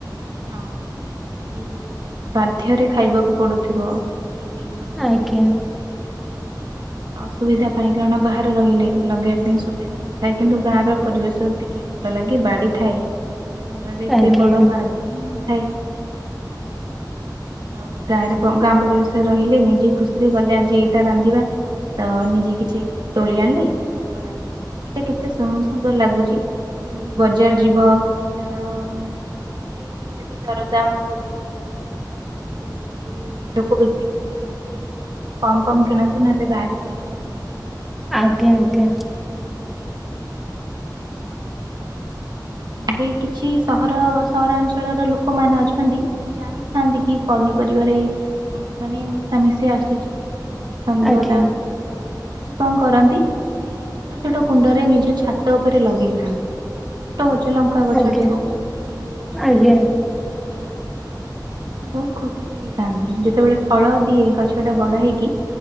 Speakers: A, on the right; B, in the centre.
A: ହଁ ଇଏ ବି ଗୋଟେ କଥା ବାଧ୍ୟରେ ଖାଇବାକୁ ପଡୁଥିବ ଆଉ। କି କିଣିବାକୁ ପଡୁଥିବ।
B: ଆଜ୍ଞା
A: ଅସୁବିଧା ପାଇଁ କାରଣ ବାହାରେ ରହିଲେ ଲଗେଇବା ପାଇଁ ସୁବିଧା ନଥାଏ। କିନ୍ତୁ ଗାଁ ର ପରିବେଶ ଏତିକି ଭଲ ଲାଗେ ବାଡି ଥାଏ। ଘରରେ ଏତେ
B: ଆଜ୍ଞା
A: ବଡ ବାଡି ହିଁ ନଥାଏ। ଆଉ ଗାଁରେ ଗାଁ ପରିବେଶରେ ରହିଲେ ନିଜେ ଖୁସିରେ ଗଲେ ଆଜି ଏଇଟା ରାନ୍ଧିବା। ତ ନିଜେ କିଛି ତୋଳି ଆଣିଲେ ଆଉ ରାନ୍ଧିଲେ ଏଇଟା କେତେ ସୁ ସୁନ୍ଦର ଲାଗୁଚି। କିନ୍ତୁ ବଜାର ଯିବ ତାର <unintelligible> ମାନେ କେତେ ବି ଦରଦାମ ବୃଦ୍ଧି ହଉଚି ଏ ସବୁ ଦେଖିକି ବି ଲୋକ ବେଶୀ କିଛି କିଣନ୍ତିନି ଖୁବ କମ କମ କିଣନ୍ତି। ନହେଲେ ବାହାରେ ଖାଇଦି। <inaudible>
B: ଆଜ୍ଞା ଆଜ୍ଞା।
A: ମାନେ କିଛି ସହର ସହରାଞ୍ଚଳର ଲୋକମାନେ ଅଛନ୍ତି ସେ ଜାଣିଥାନ୍ତି କି ପନି ପରିବା ମାନେ ମିଶାମଶି ଆସୁଚି। <unintelligible>
B: ଆଜ୍ଞା
A: ବାଲା ଆସୁଛି ସେଠି କଣ କରନ୍ତି? କି ଛୋଟ ଛୋଟ କୁଣ୍ଡରେ ନିଜ ଛାତ ଉପରେ ଲଗେଇଥାନ୍ତି। ଛୋଟ ଗଛ ଲଙ୍କା ଗଛଟେ
B: ଆଜ୍ଞା।
A: ହଉ କି ଭେଣ୍ଡି ଗଛଟେ
B: ଆଜ୍ଞା ଆଜ୍ଞା
A: ହଉ। <unintelligible> ବହୁତ ଖୁସି ବି ହେଇଥାନ୍ତି। ଯେତେବେଳେ ଫଳ ଦିଏ ଗଛଟା ବଡ ହେଇକି